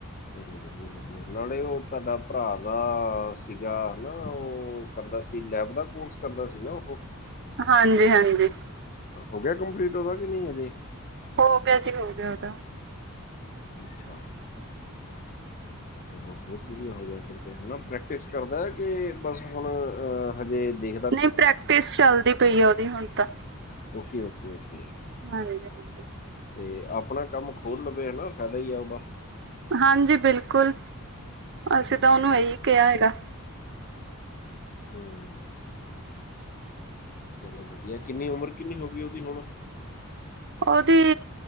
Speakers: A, on the left; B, on the right.
A: ਚਲੋ ਵਧੀਆ ਵਧੀਆ ਨਾਲੇ ਉਹ ਤੁਹਾਡਾ ਭਰਾ ਦਾ ਸੀਗਾ ਨਾ ਉਹ ਕਰਦਾ ਸੀ ਲੈਬ ਦਾ ਕੋਰਸ ਕਰਦਾ ਸੀ ਨਾ ਉਹ
B: ਹਾਂਜੀ ਹਾਂਜੀ
A: ਹੋ ਗਿਆ ਕੰਪਲੀਟ ਉਹਦਾ ਕਿ ਨਹੀਂ ਅਜੇ
B: ਹੋ ਗਿਆ ਜੀ ਹੋ ਗਿਆ ਉਹਦਾ
A: ਜੀ ਅੱਛਾ
B: <inaudible>
A: ਚਲੋ ਬਹੁਤ ਵਧੀਆ ਹੋ ਗਿਆ ਫਿਰ ਤੇ ਹਨਾ ਪ੍ਰੈਕਟਿਸ ਕਰਦਾ ਹੈ ਕਿ ਬਸ ਹੁਣ ਅ ਹਜੇ ਦੇਖ
B: ਨਹੀਂ ਪ੍ਰੈਕਟਿਸ ਚੱਲਦੀ ਪਈ ਆ ਉਹਦੀ ਹੁਣ ਤਾਂ
A: ਓਕੇ ਓਕੇ ਓਕੇ
B: ਹਾਂਜੀ ਹਾਂਜੀ
A: ਤੇ ਆਪਣਾ ਕੰਮ ਖੋਲ੍ਹ ਲਵੇ ਹਨਾ ਫਾਇਦਾ ਈ ਆ ਉਹਦਾ
B: ਹਾਂਜੀ ਬਿਲਕੁਲ
A: ਹੂੰ
B: ਅਸੀਂ ਤਾਂ ਉਹਨੂੰ ਇਹੀ ਕਿਹਾ ਹੈਗਾ
A: ਹੂੰ ਅੱਛਾ ਚਲੋ ਵਧੀਆ ਕਿੰਨੀ ਉਮਰ ਕਿੰਨੀ ਹੋ ਗਈ ਉਹਦੀ ਹੁਣ
B: ਉਹਦੀ